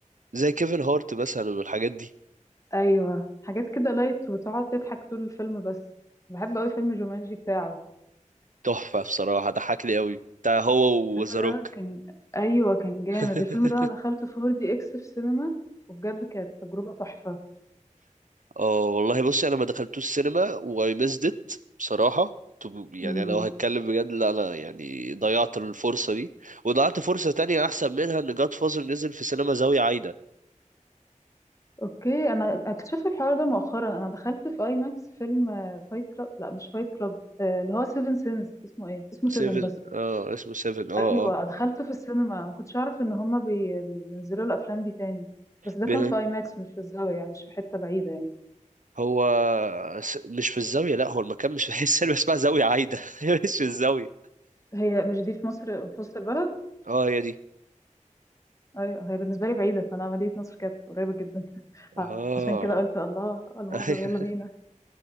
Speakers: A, on the right (about 75°); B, on the left (about 25°).
A: زي كيفن هارت مثلا والحاجات دي
B: ايوه حاجات كده لايت وتقعد تضحك طول الفيلم بس بحب قوي فيلم جومانجي بتاعه
A: تحفة بصراحة ضحكني أوي بتاع هو
B: الفيلم
A: وذا
B: ده
A: روك
B: كان ايوه كان جامد
A: <laughs>
B: الفيلم ده انا دخلته 4 دي اكس في سينما وبجد كانت تجربة تحفة
A: اه والله بصي انا ما دخلتوش السينما واي ميزد ات بصراحه طب- يعني
B: امم
A: انا لو هتكلم بجد لا انا يعني ضيعت الفرصه دي وضيعت فرصه تانية احسن منها ان جاد فازر نزل في سينما زاويه عايده
B: اوكي انا اكتشفت الحوار ده مؤخرا انا دخلت في اي ماكس فيلم فايت كلاب لا مش فايت كلاب اللي هو سيفن سينز اسمه ايه اسمه
A: سيفن
B: سيفن بس
A: اه اسمه سيفن اه
B: ايوه
A: اه
B: دخلته في السينما ما كنتش اعرف ان هما بي- بينزلوا الافلام دي تاني بس ده
A: ب-
B: كان في اي ماكس مش في الزاوية يعني مش في حتة بعيدة يعني
A: هو س- مش في الزاويه لا هو المكان مش في <laughs> السينما اسمها زاويه عايده <laughs> مش في الزاويه
B: هي مش دي في مصر في وسط البلد
A: اه هي دي
B: ايوه هي بالنسبه لي بعيده فانا مدينه نصر كانت قريبه جدا <laughs>
A: اه
B: عشان كده قلت الله الموظف
A: <laughs>
B: يلا بينا